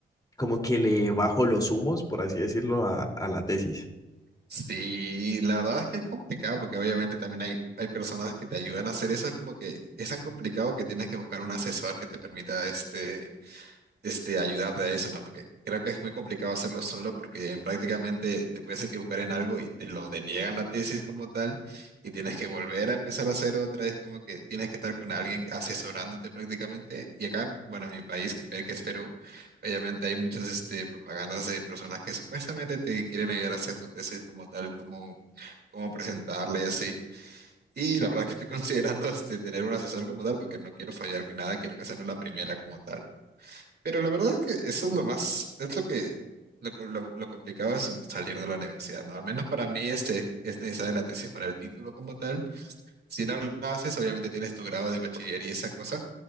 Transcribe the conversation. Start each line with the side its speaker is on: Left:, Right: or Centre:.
Left: como que le bajo los humos, por así decirlo, a, a la tesis.
Right: Sí, la verdad es que es complicado porque obviamente también hay, hay personas que te ayudan a hacer eso, es como que es tan complicado que tienes que buscar un asesor que te permita este, este, ayudarte a eso, ¿no? Porque creo que es muy complicado hacerlo solo porque en prácticamente te puedes equivocar en algo y te lo deniegan la tesis como tal y tienes que volver a empezar a hacer otra. Es como que tienes que estar con alguien asesorándote prácticamente. Y acá, bueno, en mi país, que que es Perú, obviamente hay muchas este, propagandas de personas que supuestamente te quieren ayudar a hacer tu tesis como tal, como, como presentarla y así. Y la verdad es que estoy <laughs> considerando este, tener un asesor como tal porque no quiero fallar que nada, quiero que hacerlo la primera como tal. Pero la verdad es que eso es lo más, es lo que, lo, lo- lo complicado es salir de la universidad, ¿no? Al menos para mí este, es necesaria la tesis para el título como tal. Si no lo haces, obviamente tienes tu grado de bachiller y esa cosa,